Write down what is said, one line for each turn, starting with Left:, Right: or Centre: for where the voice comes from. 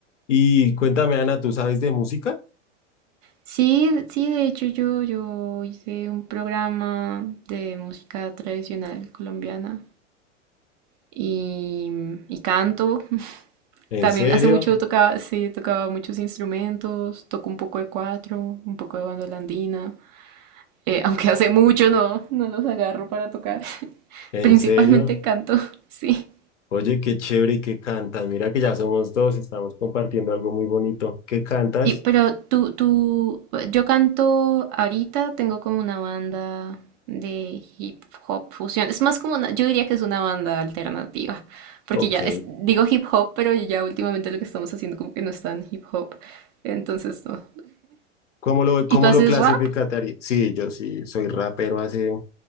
Left: Y cuéntame, Ana, ¿tú sabes de música?
Right: Sí, sí, de hecho yo, yo hice un programa de música tradicional colombiana y, y canto. <laughs>
Left: ¿En
Right: También
Left: serio?
Right: hace mucho tocaba, sí, tocaba muchos instrumentos, toco un poco de cuatro, un poco de bandola andina. eh, <laughs> aunque hace mucho no, no los agarro para tocar. <laughs>
Left: ¿En
Right: Principalmente
Left: serio?
Right: canto, sí.
Left: Oye, qué chévere y qué cantas. Mira que ya somos dos, estamos compartiendo algo muy bonito. ¿Qué cantas?
Right: Sí, pero tú, tú, yo canto ahorita, tengo como una banda de hip hop fusión. Es más como una, yo diría que es una banda alternativa, porque
Left: Ok.
Right: ya es- digo hip hop, pero ya últimamente lo que estamos haciendo como que no es tan hip hop. Entonces, no.
Left: ¿Cómo lo, cómo
Right: ¿Y tú haces
Left: lo clasificaría?
Right: rap?
Left: Sí, yo sí soy rapero hace,